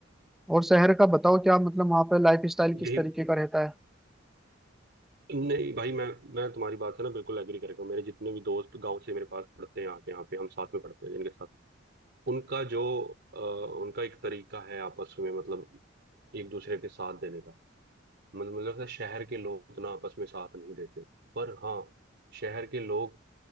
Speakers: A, in the centre; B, on the right (about 55°).
A: और शहर का बताओ क्या मतलब वहाँ पे लाइफ स्टाइल किस
B: यही
A: तरीके का रहता है
B: नहीं भाई मैं मैं तुम्हारी बात से ना बिल्कुल एग्री करेगा मेरे जितने भी दोस्त गांव से मेरे पास पढ़ते हैं आके यहाँ पे हम साथ में पढ़ते हैं जिनके साथ उनका जो अ, उनका एक तरीका है आपस में मतलब एक दूसरे के साथ देने का मतलब मुझे लगता है शहर के लोग उतना आपस में साथ नहीं देते पर हाँ शहर के लोग